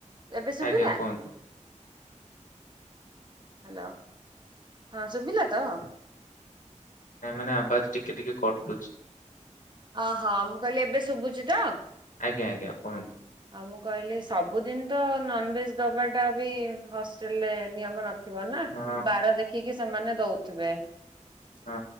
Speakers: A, on the right (about 35°); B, on the left (about 85°).
A: ଏବେ ଶୁଭିଲା।
B: ଆଜ୍ଞା କୁହନ୍ତୁ
A: ହ୍ୟାଲୋ। ହଁ ସୁଭିଲା ତ?
B: ନାଇଁ ମାନେ ଆବାଜ ଟିକେ ଟିକେ କଟୁଛି।
A: ଓହୋ ମୁଁ କହିଲି, ଏବେ ଶୁଭୁଛି ତ?
B: ଆଜ୍ଞା ଆଜ୍ଞା କୁହନ୍ତୁ।
A: ଆଉ ମୁଁ କହିଲି, ସବୁଦିନ ତ ନନ୍‌ଭେଜ୍‌ ଦବାଟା ବି ହଷ୍ଟେଲରେ ନିୟମ ନ ଥିବ ନା,
B: ହଁ
A: ବାର ଦେଖିକି ସେମାନେ ଦଉଥିବେ।
B: ହଁ